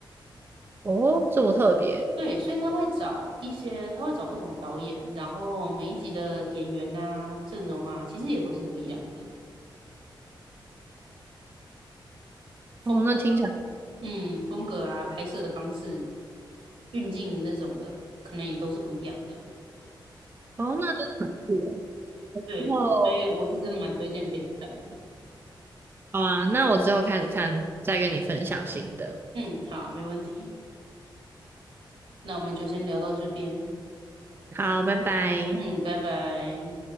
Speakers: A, on the right; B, on the right.
A: 哦，这么特别。
B: 对，所以他会找一些，他会找不同的导演，然后每一集的演员啊、阵容啊，其实也都是不一样的风格，
A: 哦，那听起来，
B: 嗯，风格啊、拍摄的方式、运镜那种的，可能也都是不一样的。
A: 哦，那真的很酷耶。
B: 对，
A: 然后，
B: 所以我是真的蛮推荐可以去看的。
A: 好啊，那我之后开始看，再跟你分享新的。
B: 嗯，好，没问题，那我们就先聊到这边。
A: 好，拜拜。
B: 嗯，拜拜。